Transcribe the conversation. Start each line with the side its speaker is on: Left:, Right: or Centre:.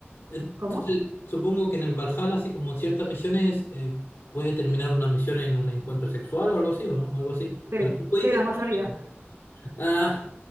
Left: entonces,
Right: ¿Cómo?
Left: supongo que en el Valhalla, así como en ciertas misiones, eh, puede terminar una misión en un encuentro sexual o algo así, ¿o no? Algo así.
Right: Sí,
Left: Pero tú puedes
Right: sí,
Left: decidir
Right: la mayoría.
Left: eso. Ah,